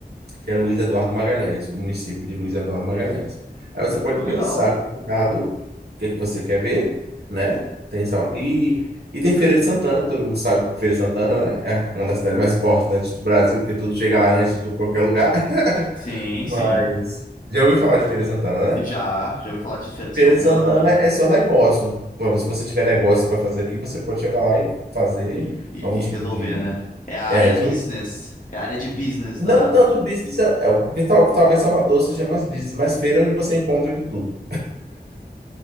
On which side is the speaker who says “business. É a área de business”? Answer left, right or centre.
Left